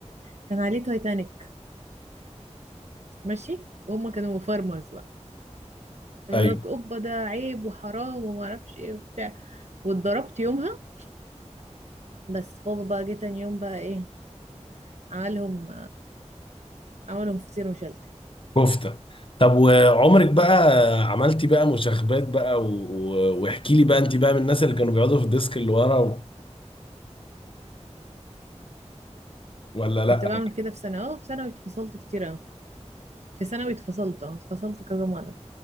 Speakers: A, on the right (about 70°); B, on the left (about 45°).
A: كان عليه تايتانيك ماشي وهم كانوا فارمرز بقى يقول
B: ايوه
A: لك اوبا ده عيب وحرام وما اعرفش ايه وبتاع واتضربت يومها بس بابا بقى جه تاني يوم بقى ايه عملهم عملهم فطير وشلتت
B: كفته طب وعمرك بقى عملتي بقى مشاغبات بقى و... و... واحكي لي بقى انت بقى من الناس اللي كانوا بيقعدوا في الديسك اللي ورا و... ولا لا
A: كنت بعمل كده في ثانوي اه في ثانوي اتفصلت كتير أوي. في ثانوي اتفصلت اه اتفصلت كذا مرة